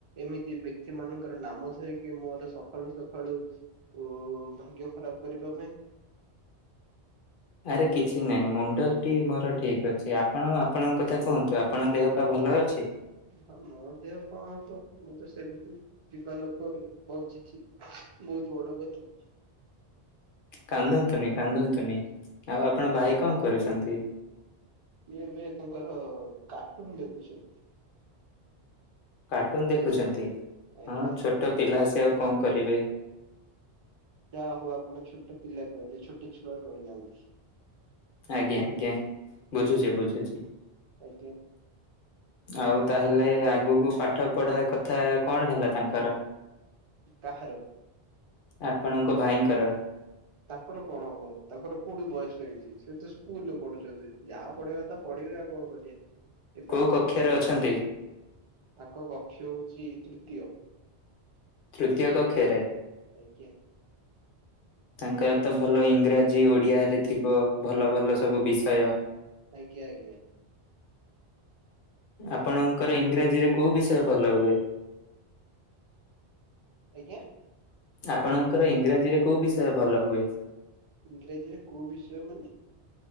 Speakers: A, on the right (about 40°); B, on the left (about 60°).
A: ଏମିତି ବ୍ୟକ୍ତି ମାନଙ୍କର ନାମ ଧରିକି ମୋର ସକାଳୁ ସକାଳୁ ଓ ଭାଗ୍ୟ ଖରାପ କରିବା ପାଇଁ।
B: ଆରେ କିଛି ନାହିଁ ମୁଣ୍ଡଟି ମୋର ଠିକ ଅଛି ଆପଣ ଆପଣଙ୍କ କଥା କୁହନ୍ତୁ ଆପଣଙ୍କ ଦେହ ପା ଭଲ ଅଛି?
A: ହଁ ମୋ ଦେହ କଣ କୁ ମୁଁ ତ ସେମିତି ଯିବା ଲୋକ ବଞ୍ଚି ବହୁତ ବଡ଼ କଥା।
B: କାନ୍ଦନ୍ତୁନି କାନ୍ଦନ୍ତୁନି ଆଉ ଆପଣ ଭାଇ କଣ କରୁଛନ୍ତି?
A: ଏବେ ତାଙ୍କର କାର୍ଟୁନ ଦେଖୁଛ
B: କାର୍ଟୁନ ଦେଖୁଛନ୍ତି
A: ଆଜ୍ଞା
B: ହଁ ଛୋଟ ପିଲାସେ ଆଉ କଣ କରିବେ।
A: ଯାହା ହଉ ଆପଣ ଛୋଟ ପିଲା କହିଲେ ଛୋଟ ଛୁଆ କହିନାହାନ୍ତି।
B: ଆଜ୍ଞା ଆଜ୍ଞା ବୁଝୁଚି ବୁଝୁଚି।
A: ଆଜ୍ଞା।
B: ଆଉ ତାହେଲେ ଆଗକୁ ପାଠପଢା କଥା କଣ ହେଲା ତାଙ୍କର?
A: କାହାର?
B: ଆପଣଙ୍କ ଭାଇଙ୍କର?
A: ତାଙ୍କର କଣହବ ତାଙ୍କର କୋଉଠି ବୟସ ହେଇଛି ସେତ ସ୍କୁଲ ରେ ପଢୁଛନ୍ତି, ଯାହା ପଢେଇବା କଥା ପଢିଲେ ଆଉ କଣ କରିବେ ଏବେ
B: କୋଉ
A: ଆମ
B: କକ୍ଷରେ
A: ଗୁପତା
B: ଅଛନ୍ତି?
A: ତାଙ୍କ କକ୍ଷ ହଉଛି ତୃତୀୟ।
B: ତୃତୀୟ କକ୍ଷରେ।
A: ଆଜ୍ଞା।
B: ତାଙ୍କରତ ଭଲ ଇଂରାଜୀ ଓଡିଆରେ ଥିବ ଭଲ ଭଲ ସବୁ ବିଷୟ।
A: ଆଜ୍ଞା ଆଜ୍ଞା।
B: ଆପଣଙ୍କର ଇଂରାଜୀରେ କୋଉ ବିଷୟ ଭଲ ହୁଏ?
A: ଆଜ୍ଞା।
B: ଆପଣଙ୍କର ଇଂରାଜୀରେ କୋଉ ବିଷୟ ଭଲ ହୁଏ?
A: ଇଂରାଜୀରେ କୋଉ ବିଷୟ ମାନେ